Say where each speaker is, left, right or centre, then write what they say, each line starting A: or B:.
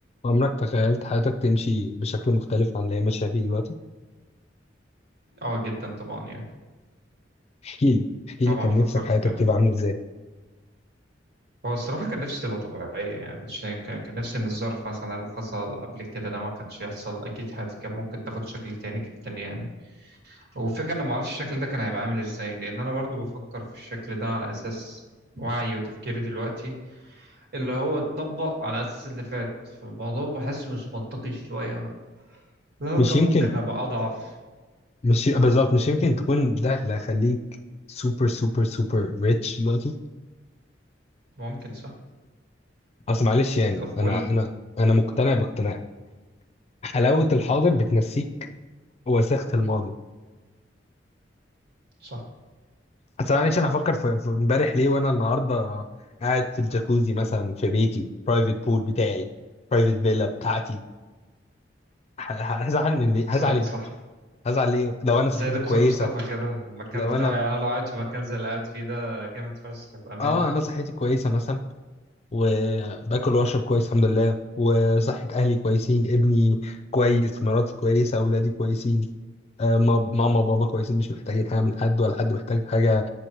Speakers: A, on the left; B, on the right.
A: عمرك تخيلت حياتك تمشي بشكل مختلف عن اللي هي ماشية فيه دلوقتي؟
B: اه جدا طبعا يعني
A: احكي لي احكي
B: طبعا
A: لي كان
B: فكرت
A: نفسك حياتك
B: كده
A: تبقى عاملة ازاي؟
B: هو الصراحة كان نفسي تبقى طبيعية يعني ما كنتش كان كان نفسي ان الظرف مثلا اللي حصل قبل كده ده ما كانش يحصل اكيد حياتي كان ممكن تاخد شكل تاني جدا يعني والفكرة انا ما اعرفش الشكل ده كان هيبقى عامل ازاي لان انا برضو بفكر في الشكل ده على اساس وعي وتفكيري دلوقتي اللي هو اتطبق على اساس اللي فات فالموضوع بحسه مش منطقي شوية برضو لو
A: مش
B: كان
A: يمكن
B: ممكن ابقى اضعف
A: مش ي- بالظبط مش يمكن تكون ده اللي هيخليك سوبر سوبر سوبر ريتش دلوقتي
B: ممكن صح
A: اصل معلش يعني
B: اول
A: انا انا انا مقتنع باقتناع حلاوة الحاضر بتنسيك وساخة الماضي
B: صح
A: اصل معلش انا هفكر في في امبارح ليه وانا النهارده قاعد في الجاكوزي مثلا في بيتي برايفت بول بتاعي برايفت فيلا بتاعتي ه- ه- هزعل من
B: بالظبط
A: هزعل ايه؟
B: صح
A: هزعل ليه لو انا صحتي
B: زي دكتور
A: كويسة
B: مصطفى كده المكان
A: لو
B: بتاعه
A: انا
B: يعني أنا لو قاعد في مكان زي اللي قاعد فيه ده جامد فشخ بأمانة
A: اه انا
B: يعني
A: صحتي كويسه مثلا وباكل واشرب كويس الحمد لله وصحه اهلي كويسين ابني كويس مراتي كويسه اولادي كويسين آه ما- ماما وبابا كويسين مش محتاجين حاجه من حد ولا حد محتاج حاجه